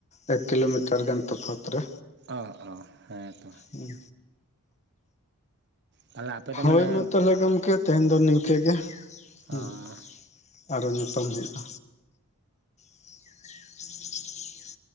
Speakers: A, on the left; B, on the right.
A: ᱮᱠ ᱠᱤᱞᱳᱢᱤᱴᱟᱨ ᱜᱟᱱ ᱛᱚᱯᱷᱟᱛ ᱨᱮ
B: ᱚ ᱚ ᱦᱮᱸ ᱛᱚ
A: ᱦᱩᱸ
B: ᱛᱟᱦᱚᱞᱮ ᱟᱯᱮ ᱫᱚ ᱢᱟᱱᱮ
A: ᱦᱳᱭ ᱢᱟ ᱛᱟᱦᱚᱞᱮ ᱜᱚᱢᱠᱮ ᱛᱮᱦᱮᱧ ᱫᱚ ᱱᱤᱝᱠᱟᱹ ᱜᱮ ᱦᱩᱸ
B: ᱚ
A: ᱟᱨᱦᱚ ᱧᱟᱯᱟᱢ ᱦᱩᱭᱩᱜᱼᱟ <unintelligible>